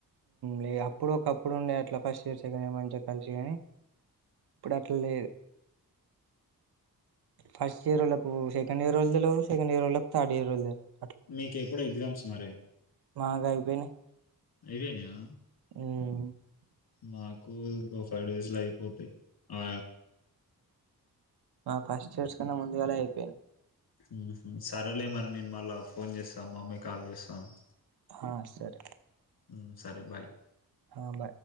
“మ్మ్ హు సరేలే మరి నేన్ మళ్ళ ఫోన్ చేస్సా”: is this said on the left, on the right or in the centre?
Left